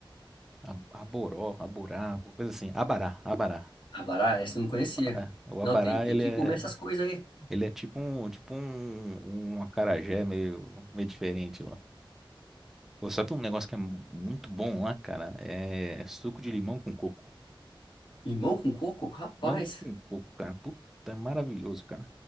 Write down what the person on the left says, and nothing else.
abará, essa eu não conhecia.
Não, tem, tem
que
comer essas coisas aí.
Limão com coco? Rapaz,